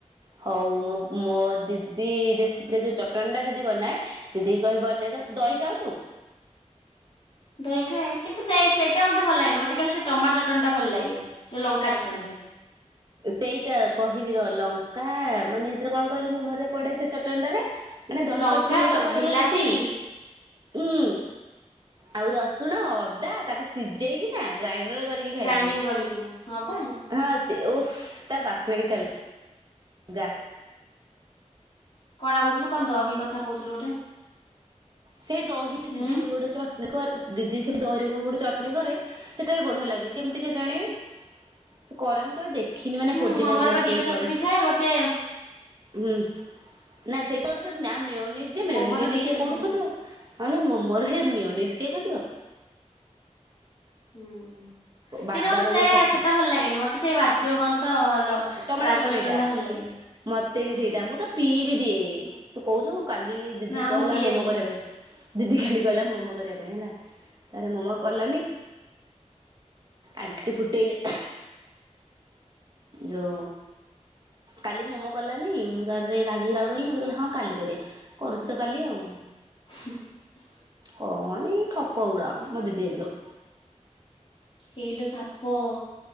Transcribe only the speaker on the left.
ଦହି ଖାଏ କିନ୍ତୁ ସେଇଟା ମୋତେ ଭଲ ଲାଗେନି ମୋତେ କାଲି ସେ ଟମାଟ ଚଟଣିଟା ଭଲ ଲାଗେ ଯେଉଁ ଲଙ୍କା ଚଟଣଟା।
ଲଙ୍କା
ଟ-
ବିଲାତି
ଗ୍ରାଇଣ୍ଡିଙ୍ଗ କରିବୁ ହଁ ପା
କଣଟା କହୁଥିଲୁ କଣ ଦହି କଥା କହୁଥିଲୁ ଗୋଟେ?
ହୁଁ
ହୁଁ
ମୋମୋରେ
ବା
ଦୁଇଟା ଚଟଣି
ଥାଏ ଗୋଟେ
ମୋମୋରେ
ଦୁଇଟା
ଚଟଣି
ହୁଁ
କିନ୍ତୁ ମୋତେ ସେ
ସେଇଟା ଭଲ ଲାଗେନି ମୋତେ ସେଇ ବାଜୁଗନ୍ତ
ରାଗ
ଚଟଣୀଟା ଭଲ ଲାଗେ।
ହୁଁ
ନା
ମୁଁ ପିଏନି।
<inaudible>
ହେଇଲୋ ସାପ।